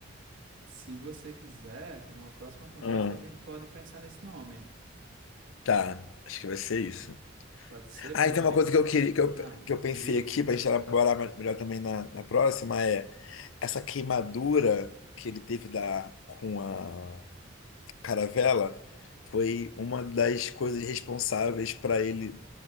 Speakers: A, on the right; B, on the left.
A: Se você quiser, numa próxima conversa,
B: hum,
A: a gente pode pensar nesse nome.
B: tá, acho que vai ser isso.
A: Pode ser,
B: Ah,
A: porque
B: e
A: eu
B: tem
A: vou
B: uma
A: ter
B: coisa
A: que.
B: que eu queria, que eu,
A: Ah,
B: que eu pensei
A: diga aí.
B: aqui,
A: diga.
B: pra gente elaborar melhor também na, na próxima, é. essa queimadura que ele teve da, com a caravela foi uma das coisas responsáveis para ele